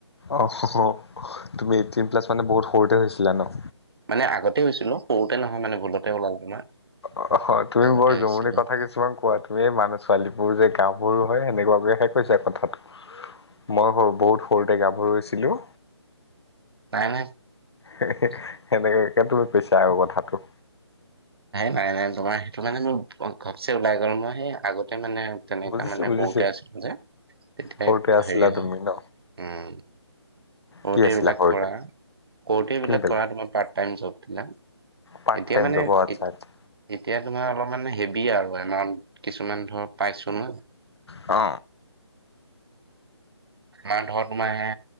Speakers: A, on the left; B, on the right.
A: অ', <unintelligible> তুমি এইটটিন প্লাছ মানে বহুত সৰুতে হৈছিলা ন?
B: মানে আগতে হৈছিলো, সৰুতে নহয় মানে ভূলতে ওলাল তোমাৰ।
A: অ', হয় তুমি
B: আগতে
A: বৰ
B: হৈছিলোঁ
A: জমনি কথা কিছু কিছুমান কোৱা তুমি এই মানুহ ছোৱালীবোৰ যে গাঁওবোৰো হয় সেনেকুৱাকেহে কৈছা কথাটো। মই ব বহুত সৰুতে গাভৰু হৈছিলো।
B: নাই নাই।
A: হেহে সেনেকাকে তুমি কৈছা আৰু কথাটো।
B: নাই নাই তোমাৰ সেইটো মানে মোৰ ঘপচে ওলাই গ'ল মই সেই আগতে মানে তেনেকুৱা
A: বুজিছো
B: মানে
A: বুজিছো
B: সৰুতে আছিলো যে তেতিয়া
A: সৰুতে আছিলা
B: হেৰি
A: তুমি
B: হয়
A: ন
B: উম। সৰুতে
A: কি আছিলা
B: এইবিলাক
A: সৰুতে
B: কৰা, সৰুতে এইবিলাক
A: কিমবেলা
B: কৰা তোমাৰ পাৰ্ট টাইম জববিলাক।
A: পাৰ্ট
B: এতিয়া
A: টাইম
B: মানে
A: জব অ আচ্ছা
B: এত
A: আচ্ছা
B: এতিয়া তোমাৰ অলপমান হেভি আৰু এমাউন্ট কিছুমান ধৰ পাইছো ন।
A: অ।
B: আমাৰ ধৰ তোমাৰ সে,